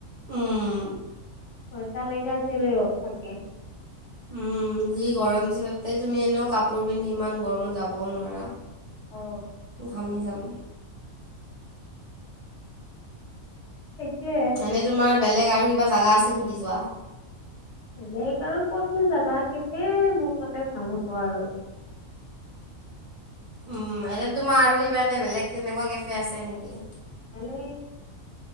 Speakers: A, on the right; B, on the left.
A: উম।
B: চটা লৈকে আজিকালি ৰদ থাকে।
A: উম যি গৰম দিছে তাতে তুমি এনে কাপোৰ পিন্ধি ইমান গৰমত যাবও নোৱাৰা।
B: অ।
A: ঘামি যাম।
B: সেইটোয়ে।
A: মানে তোমাৰ বেলেগ আৰু কিবা জাগা আছে নেকি যোৱা?
B: বেলেগ আৰু কতনো যাবা কেফে মোৰ মতে ভাল হব আৰু।
A: উম এনে তোমাৰ আৰু ইমানানে বেলেগ তেনেকুৱা কেফে আছে নেকি।
B: মানে